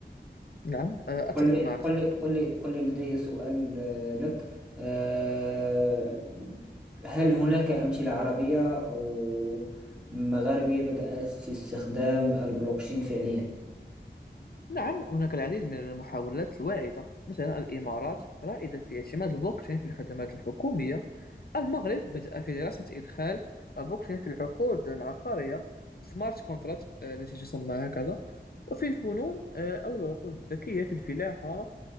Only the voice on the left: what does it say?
نعم آه، أتفق
معك
صديقي
نعم هناك العديد من المحاولات الواعدة مثلا الإمارات رائدة في اعتماد البلوكتشين في الخدمات الحكومية المغرب بدأ في دراسة إدخال البلوكتشين في العقود العقارية سمارت كونتراكت التي تسمى هكذا وفي الفنون آه، أو العقود الذكية في الفلاحة